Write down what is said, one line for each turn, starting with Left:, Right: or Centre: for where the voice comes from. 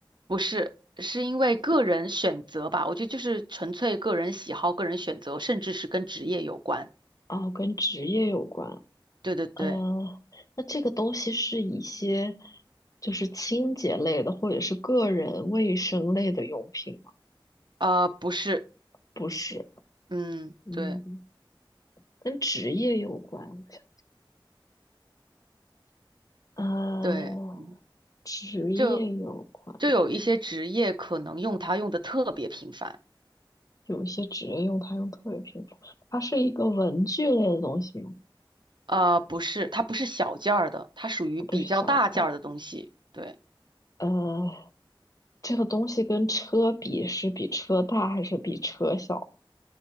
Right: 不是。是因为个人选择吧，我觉得就是纯粹个人喜好、个人选择，甚至是跟职业有关。
Left: 哦，跟职业有关。
Right: 对对对。
Left: 呃，那这个东西是一些就是清洁类的，或者是个人卫生类的用品吗？
Right: 呃，不是，
Left: 不是，
Right: 嗯，
Left: 嗯，
Right: 对
Left: 跟职业有关。我想呃，
Right: 对，嗯，
Left: 职业有关，
Right: 就就有一些职业可能用它用的特别频繁，
Left: 有一些职业用它用特别频繁。它是一个文具类的东西吗？
Right: 呃，不是，它不是小件儿的，它属于比较大件儿的东西，
Left: 不是小件儿。
Right: 对，
Left: 呃，这个东西跟车比，是比车大还是比车小？